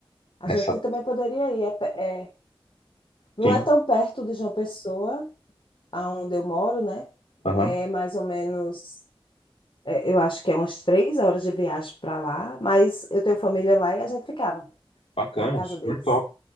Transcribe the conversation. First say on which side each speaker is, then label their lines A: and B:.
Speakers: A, on the left; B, on the left.
A: A
B: Essa.
A: gente também poderia ir. É, pe- é- não
B: Sim,
A: é tão perto de João Pessoa, aonde eu moro, né?
B: aham.
A: É mais ou menos, é, eu acho que é umas três horas de viagem para lá, mas eu tenho família lá e a gente ficava
B: Bacana,
A: na casa
B: super
A: deles.
B: top,